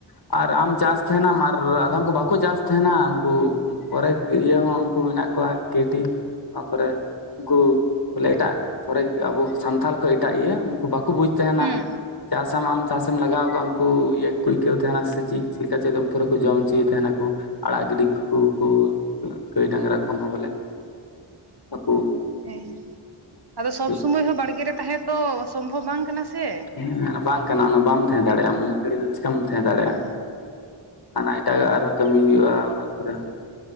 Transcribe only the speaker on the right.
ᱦᱩᱸ
ᱦᱮᱸ ᱟᱫᱚ
ᱥᱚᱵᱽ ᱥᱩᱢᱟᱹᱭ ᱦᱚᱸ ᱵᱟᱲᱜᱮ ᱨᱮ ᱛᱟᱦᱮᱸ ᱛᱚ ᱥᱚᱢᱵᱷᱚᱵᱽ ᱵᱟᱝ ᱠᱟᱱᱟ ᱥᱮ
ᱦᱩᱸ